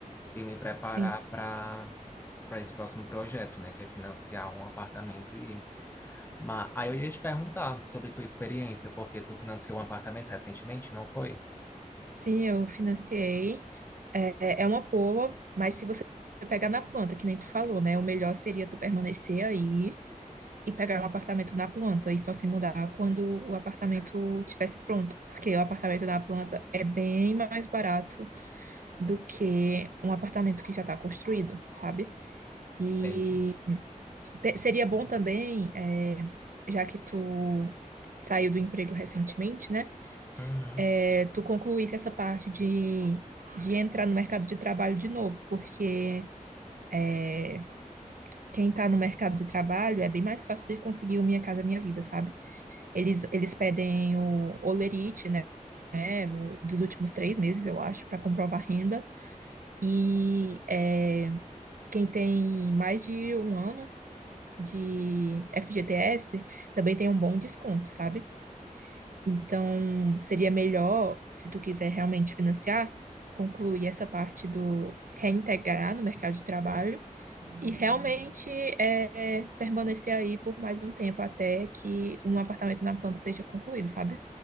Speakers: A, on the left (about 15°); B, on the right (about 80°).
A: e me preparar
B: sim.
A: para para esse próximo projeto, né, que é financiar um apartamento e mas aí eu ia te perguntar sobre tua experiência, porque tu financiou um apartamento recentemente, não foi?
B: Sim, eu financiei. É, é uma boa, mas se você pegar na planta, que nem tu falou, né? O melhor seria tu permanecer aí e pegar um apartamento na planta e só se mudar quando o apartamento tivesse pronto, porque o apartamento na planta é bem mais barato do que um apartamento que já está construído, sabe? E
A: Entendi.
B: te- seria bom também, é, já que tu saiu do emprego recentemente, né?
A: Uhum.
B: É, tu concluísse essa parte de, de entrar no mercado de trabalho de novo, porque é, quem está no mercado de trabalho é bem mais fácil de conseguir o Minha Casa Minha Vida, sabe? Eles, eles pedem o olerite, né? né, o- dos últimos três meses, eu acho, para comprovar renda. E é, quem tem mais de um ano de FGTS também tem um bom desconto, sabe? Então, seria melhor, se tu quiser realmente financiar, concluir essa parte do reintegrar no mercado de trabalho e realmente é, permanecer aí por mais um tempo até que um apartamento na planta esteja concluído, sabe?